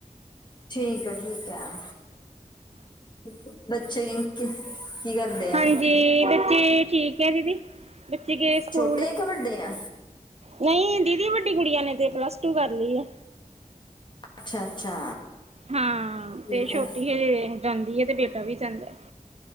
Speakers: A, on the left; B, on the right.
A: ਠੀਕ ਹੈ -ਠੀਕ ਹੈ ਠੀਕ ਹੈ ਬੱਚੇ ਕੀ ਕਰਦੇ ਆ
B: ਹਾਂਜੀ ਬੱਚੇ ਠੀਕ ਐ ਦੀਦੀ। ਬੱਚੇ ਗਏ ਸਕੂਲ।
A: ਛੋਟੇ ਆ ਕਿ ਵੱਡੇ ਆ
B: ਨਹੀਂ ਦੀਦੀ ਵੱਡੀ ਕੁੜੀਆਂ ਨੇ ਤੇ ਪਲੱਸ ਟੂ ਕਰ ਲਈ ਐ।
A: ਅੱਛਾ -ਅੱਛਾ।
B: ਹਾਂ
A: ਠੀਕ
B: ਤੇ ਛੋਟੀ
A: ਹੈ
B: ਹਜੇ ਜਾਂਦੀ ਹੈ ਤੇ ਬੇਟਾ ਵੀ ਜਾਂਦਾ।